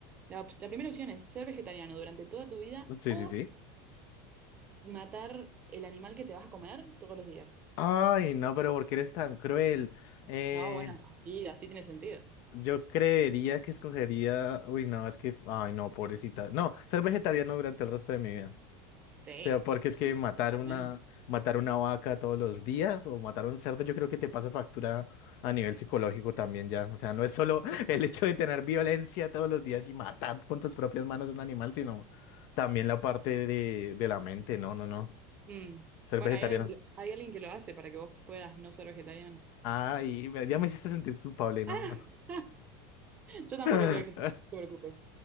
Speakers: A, on the right (about 25°); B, on the left (about 45°).
A: la, op- la primera opción es ser vegetariano durante toda tu vida
B: Sí,
A: o
B: sí, sí.
A: matar el animal que te vas a comer todos los días.
B: Ay, no, pero ¿por qué eres tan cruel? Eh,
A: No, bueno, y así tiene sentido.
B: yo creería que escogería... Uy, no, es que... Ay, no, pobrecita. No, ser vegetariano durante el resto de mi vida.
A: Sí,
B: O sea, porque
A: es-
B: es
A: es-
B: que matar
A: totalmente.
B: una, matar una vaca todos los días o matar un cerdo, yo creo que te pasa factura a nivel psicológico también ya. O sea, no es solo <laughs> el hecho de tener violencia todos los días y matar con tus propias manos un animal, sino también la parte de, de la mente. No, no, no.
A: Mm.
B: Ser
A: Bueno,
B: vegetariano.
A: hay alguien que, lo- hay alguien que lo hace para que vos puedas no ser vegetariano.
B: Ay, me- ya me hiciste sentir culpable, ¿no?
A: <laughs> Yo tampoco
B: <laughs>
A: soy vegetariano, no te preocupes.